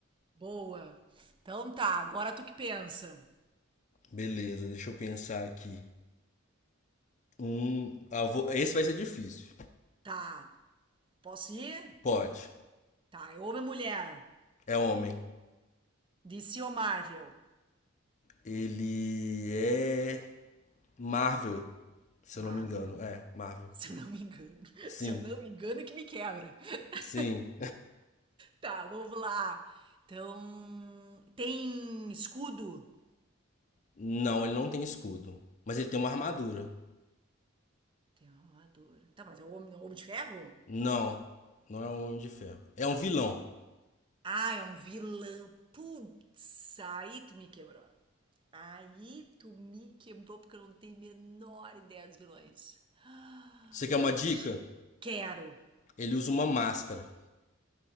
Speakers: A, on the right; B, on the left.
A: boa. Então tá, agora tu que pensa.
B: Beleza, deixa eu pensar aqui. Um. ah, eu vou- Esse vai ser difícil.
A: Tá, posso ir?
B: Pode.
A: Tá, é homem ou mulher?
B: É homem.
A: DC ou Marvel?
B: Ele é. Marvel. Se
A: Marvel.
B: eu não me engano. É, Marvel.
A: <laughs> Se eu não me engano. <laughs>
B: Sim,
A: Se eu não me engano, é que me quebra. <laughs>
B: sim.
A: Tá, vamos lá. Então, tem escudo?
B: Não, ele não tem escudo. Mas ele tem uma armadura.
A: Tá, tem uma armadura. Tá, mas é o homem, homem de ferro?
B: Não, não é um homem de ferro. É um vilão.
A: Ah, é um vilão. Putz, aí tu me quebrou. Aí tu me quebrou porque eu não tenho a menor ideia dos vilões. <gasps> Ah,
B: Você quer uma dica?
A: Quero.
B: Ele usa uma máscara.